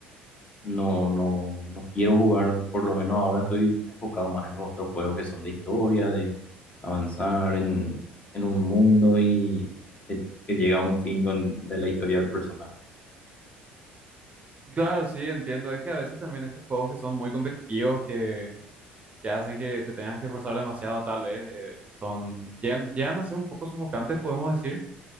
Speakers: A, on the left (about 25°); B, on the right (about 25°).
A: No, no, no quiero jugar, por lo menos ahora estoy enfocado más en los otros juegos que son de historia, de avanzar en, en un mundo y que, que llega a un fin con, de la historia del personaje.
B: Claro, sí, entiendo. Es que a veces también estos juegos que son muy competitivos, que, que hacen que te tengas que esforzar demasiado, tal vez, eh, son, llegan, llegan a ser un poco sofocantes, podemos decir.